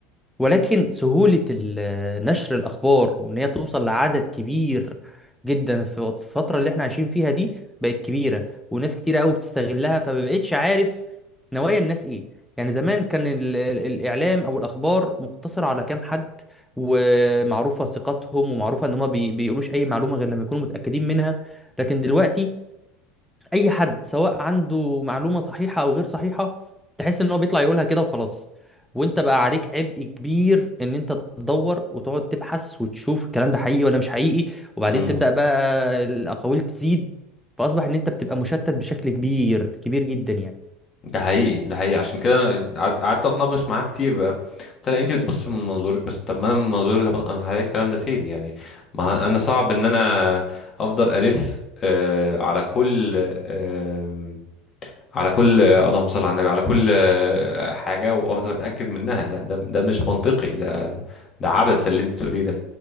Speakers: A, in the centre; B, on the left.
A: ولكن سهولة ال- نشر الاخبار وان هي توصل لعدد كبير جدا في وط- في الفترة اللي احنا عايشين فيها دي بقت كبيرة وناس كتيرة قوي بتستغلها فما بقتش عارف نوايا الناس ايه يعني زمان كان ال- ال- الاعلام او الاخبار مقتصرة على كام حد ومعروفة ثقتهم ومعروفة ان هم بي بيقولوش اي معلومة غير لما يكونوا متأكدين منها لكن دلوقتي اي حد سواء عنده معلومه صحيحه او غير صحيحه تحس ان هو بيطلع يقولها كده وخلاص وانت بقى عليك عبء كبير ان انت تدور وتقعد تبحث وتشوف الكلام ده حقيقي ولا مش حقيقي وبعدين
B: امم
A: تبدا بقى الاقاويل تزيد فاصبح ان انت بتبقى مشتت بشكل كبير كبير جدا يعني
B: ده حقيقي ده حقيقي عشان كده انا قعد- قعدت اتناقش معاه كتير بقى قلت لها انت بتبص من منظورك بس طب ما انا من منظوري طب انا هلاقي الكلام ده فين يعني ما انا صعب ان انا افضل الف آه على كل آه على كل اللهم صل على النبي على كل آه، حاجة وافضل اتأكد منها ده ده ده مش منطقي ده ده عبث اللي انت بتقوليه ده